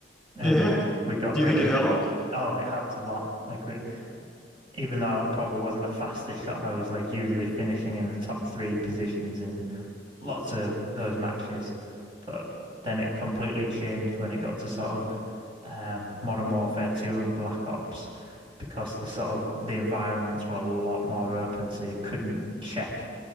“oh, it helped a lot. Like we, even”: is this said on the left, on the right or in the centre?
Right